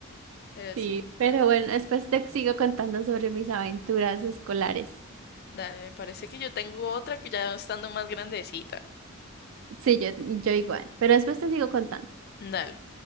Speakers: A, on the left; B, on the right.
A: Pero
B: Sí,
A: sí,
B: pero bueno, después te sigo contando sobre mis aventuras escolares.
A: dale, me parece que yo tengo otra que ya estando más grandecita.
B: Sí, yo, yo igual, pero después te sigo contando.
A: Dale.